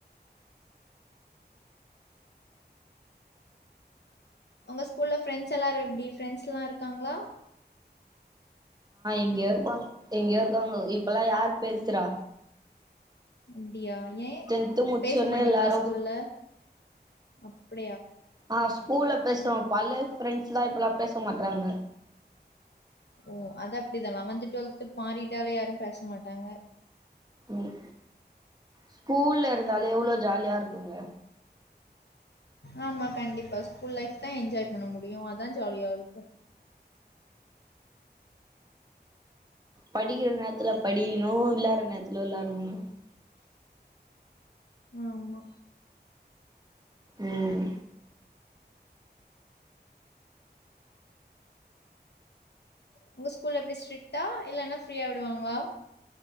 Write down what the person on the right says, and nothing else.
எங்கையோ இருக்காங்க எங்கையோ இருக்காங்க இப்பல்லா யாரு பேசுறா
டென்த்து முச்சோனே
எல்லாரு
ஆஹ் ஸ்கூல்ல பேசுவோ பழைய ஃப்ரெண்ட்ஸ்லா இப்பல்லா பேசமா ட்றாங்க
ம் ஸ்கூல்ல இருந்தாலே எவ்ளோ ஜாலியா இருக்குங்க
படிக்கிற நேரத்துல படிக்கணு வெளையாட்ற நேரத்துல வெளையாட்னு கே
உம்